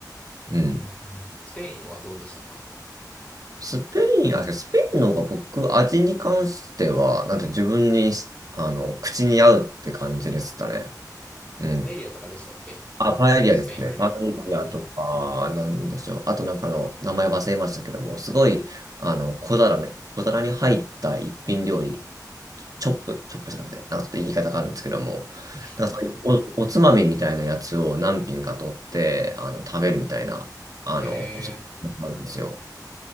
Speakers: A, on the left; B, on the right.
A: うんうんうん。
B: う。うん。
A: スペインはどうでしたか
B: スペイン、あ、スペインの方が僕、味に関しては、なんて自分にし、あの、口に合うって感じでしたね。うん。
A: エリアとかでしたっけ
B: あ、パエリアですね。
A: スペインより。
B: パエリアとか、
A: うん。
B: なんでしょう。あとなんかの、名前忘れましたけども、すごい、あの、小皿に、小皿に入った一品料理。チョップ、チョップじゃなくて、なんかちょっと言い方があるんですけども、
A: <laughs>
B: なんかそういうお、おつまみみたいなやつを何品か取って、あの、食べるみたいな、あの、
A: へ
B: そういうのがあるんですよ。